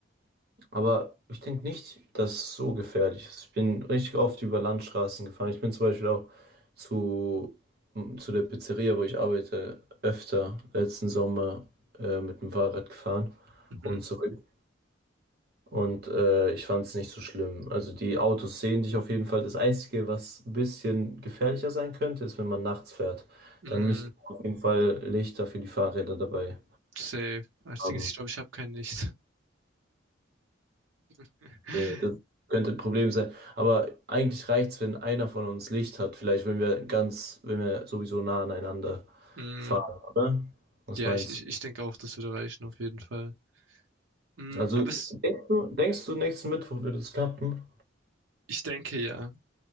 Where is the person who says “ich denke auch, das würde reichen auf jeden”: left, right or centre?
Right